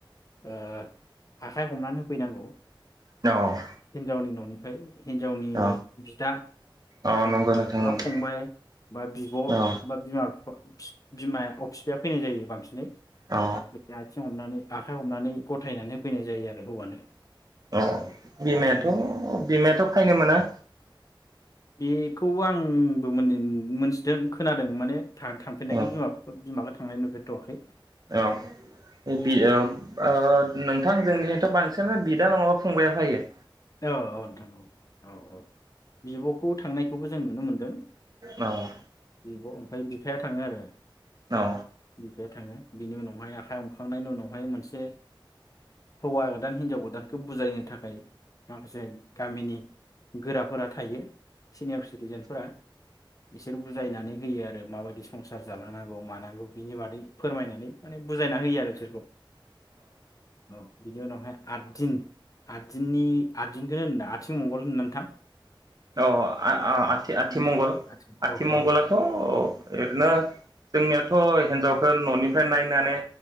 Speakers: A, on the left (about 40°); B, on the right (about 45°).
A: ओ आखाइ हमना होफैनांगौ
B: औ
A: हिनजावनि ननि है हिनजावनि
B: औ
A: बिदा
B: औ नंगौ नोंथां
A: बा
B: नंगौ
A: फंबाय बा बिब
B: औ
A: बा बिमा फिफा फिफ बिमाया अ फिफाया फैनाय जायो बांसिनै
B: औ
A: बे आथिं हमनानै आखाइ हमनानै गथायनानै होफैनाय जायो आरो हौवानो
B: ओ बिमायाथ'
A: बिनि
B: बिमायाथ' फायनो मोना
A: बेखौ आंबो मोनिन मोनथिदों खोनादों माने था थांफैनायखौ
B: औ
A: बिमा बिफ बिमा थांनाय नुफेर थ'वाखै
B: औ बियो ओ नोंथां जोंनिथ' बांसिन सोरनो बिदा नङाबा फंबाया फैयो।
A: औ औ नोंथां औ औ बिब'खौ थांनाय खौबो जों नुनो मोन्दों।
B: अह
A: बिब' ओमफाय बिफाया थाङो आरो
B: अह
A: बे थाङो बिनि उनावहाय आखाइ हमखांनायनि उनावहाय मोनसे हौवा गोदान हिनजाव गोदानखौ बुजायनो थाखाय माखासे गामिनि गोराफोरा थायो सिनियावस सिटिजेनफोरा बिसोर बुजायनानै होयो आरो माबायदि संसार जालांनांगौ मानांगौ बिनि बादै फोरमायनानै माने बुजायना होयो आरो बिसोरखौ औ बिनि उनावहाय आददिन आद दिननि आददिनखौनो होनोदा आथिं मंगल होनो ना नोंथां
B: औ आथि आथिमंगल
A: आथिं
B: आथिमंगलाथ'
A: औ औ
B: ओरैनो
A: औ
B: जोंनियाथ' हिनजावखौ न'निफ्राय नायनानै